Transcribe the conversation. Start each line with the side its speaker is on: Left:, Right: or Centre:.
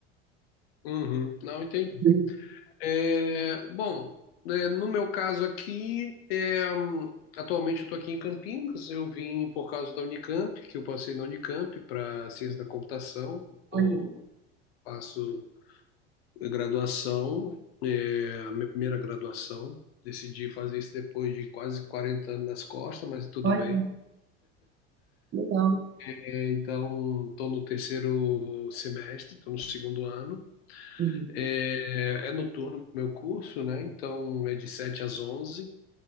Left: Uhum, não entendi.
Right: Uhum.
Left: É, bom, é, no meu caso aqui, é, atualmente eu estou aqui em Campinas. Eu vim por causa da Unicamp, que eu passei na Unicamp para ciência da computação.
Right: Olha,
Left: Eu faço graduação, é, a minha primeira graduação. Decidi fazer isso depois de quase 40 anos nas costas, mas tudo
Right: olha,
Left: bem.
Right: Legal.
Left: É, então, estou no terceiro semestre, estou no segundo ano.
Right: Uhum,
Left: É, é noturno o meu curso, né? Então é de 7 às 11.